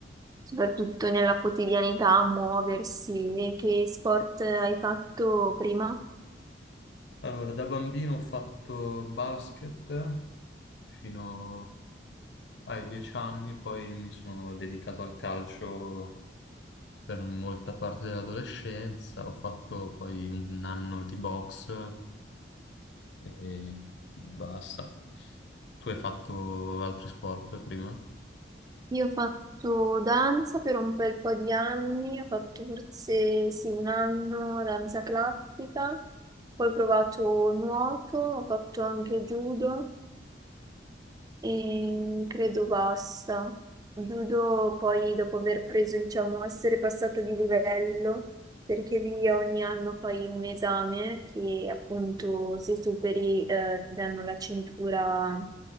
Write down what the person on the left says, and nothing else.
Allora, da bambino ho fatto basket fino Ai dieci anni poi mi sono dedicato al calcio per molta parte dell'adolescenza, ho fatto poi un anno di box e basta. Tu hai fatto altri sport prima?